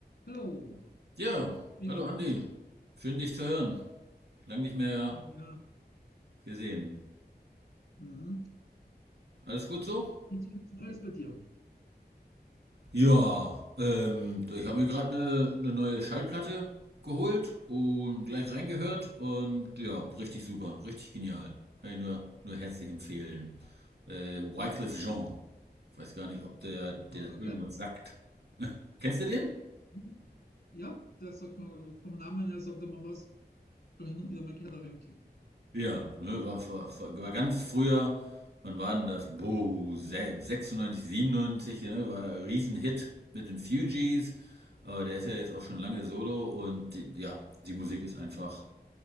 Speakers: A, on the left (about 70°); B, on the right (about 80°).
A: Hallo,
B: Ja,
A: wie
B: hallo
A: geht's?
B: Andi. Schön dich zu hören. Lang nicht mehr
A: Oh ja,
B: gesehen.
A: Mhm.
B: Alles gut so?
A: Gibt's nichts Neues bei dir?
B: Ja, ähm, ich habe mir gerade eine ne neue Schallplatte geholt und gleich reingehört und ja, richtig super, richtig genial. Kann ich nur, nur herzlich empfehlen. Äh, Wycliffe Jean. Weiß gar nicht, ob der dir
A: Ah,
B: das
A: okay.
B: irgendwas sagt. Kennst du den?
A: Mhm. Ja, da sagt man, äh, vom Namen her sagt man was, schon hin und wieder mal gehört auf MTV.
B: Ja, ne, war, war, war, war ganz früher, wann war denn das? Boah, se- 96, 97, ne, war ein Riesenhit mit den Fugees, aber der ist ja jetzt auch schon lange solo und die, ja, die Musik ist einfach,